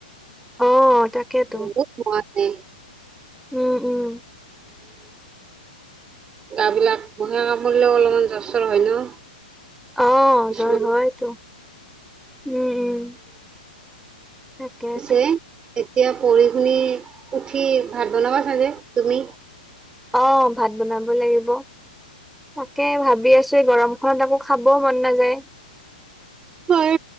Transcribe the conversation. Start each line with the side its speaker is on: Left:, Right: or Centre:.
Centre: অ'। তাকেতো
Right: বহুত মহ আহে।
Centre: উম, উম।
Right: <unintelligible> বিলাক মহে কামুৰিলেয়ো অলপমান জ্বৰ, চৰ হয় ন?
Centre: অ',
Right: কিছুমান
Centre: জ্বৰ হয়তো উম, উম। তাকেতো
Right: পিছে এ এতিয়া পঢ়ি শুনি উঠি, ভাত বনাবা চাগে তুমি?
Centre: অ' ভাত বনাব লাগিব। তাকে ভাবি আছো গৰমখনত আকৌ খাবও মন নাযায়।
Right: হয়